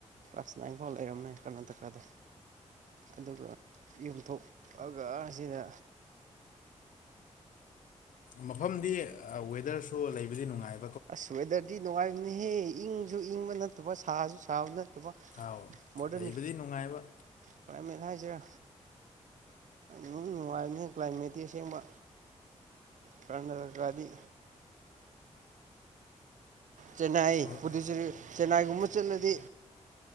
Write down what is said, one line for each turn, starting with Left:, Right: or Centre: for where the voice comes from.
Right: ꯀ꯭ꯂꯥꯁ ꯅꯥꯏꯟ ꯐꯥꯎ ꯂꯩꯔꯝꯃꯦ ꯀꯔꯅꯥꯇꯀꯥꯗ ꯑꯗꯨꯒ ꯌꯨꯝꯊꯣꯛꯑꯒ ꯑꯁꯤꯗ
Left: ꯃꯐꯝꯗꯤ ꯋꯦꯗꯔ ꯑꯣ ꯂꯩꯕꯗꯤ ꯅꯨꯡꯉꯥꯏ
Right: ꯑꯁ ꯋꯦꯗꯔꯗꯤ ꯅꯨꯡꯉꯥꯏꯕꯅꯤꯍꯦ ꯏꯪꯁꯨ ꯏꯪꯕ ꯅꯠꯇꯕ ꯁꯥꯁꯨ ꯁꯥꯕꯅ ꯑꯗꯨꯒ
Left: ꯑꯥꯎ
Right: ꯃꯣꯗꯔꯟ
Left: ꯂꯩꯕꯗꯤ ꯅꯨꯡꯉꯥꯏꯕ
Right: ꯀꯥꯜꯃꯦꯠ ꯍꯥꯏꯁꯤꯔ ꯅꯨꯡ ꯅꯨꯡꯉꯥꯏꯔꯤꯅꯤ ꯀ꯭ꯂꯥꯏꯃꯦꯠꯇꯀꯤ ꯑꯁꯦꯡꯕ ꯀꯔꯅꯇꯀꯗꯤ ꯆꯦꯟꯅꯥꯏ
Left: ꯍꯣꯏ
Right: ꯄꯨꯗꯨꯆꯦꯔꯤ ꯆꯦꯟꯅꯥꯏꯒꯨꯝꯕ ꯆꯠꯂꯗꯤ